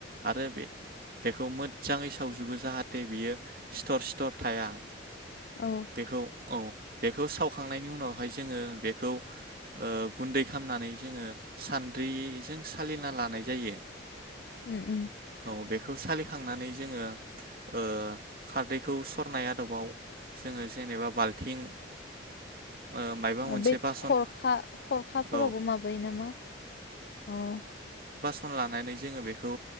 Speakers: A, on the right (about 50°); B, on the left (about 55°).
A: आरो बे बेखौ मोजाङै सावजोबो जाहाथे बियो सिथर सिथर थाया।
B: औ
A: बेखौ औ बेखौ सावखांनायनि उनावहाय जोङो बेखौ ओ गुन्दै खालामनानै जोङो सान्द्रिजों सालिना लानाय जायो।
B: उं उं
A: अबेग बेखौ सालिखांनानै जोङो औ खारदैखौ सरनाय आदबाव जोङो जेनेबा बाल्थिं ओ मायबा मोनसे
B: बे
A: बासन
B: खरखा खरखाफोरावबो
A: औ
B: माबायो नामा ओ
A: फन लानानै जोङो बेखौ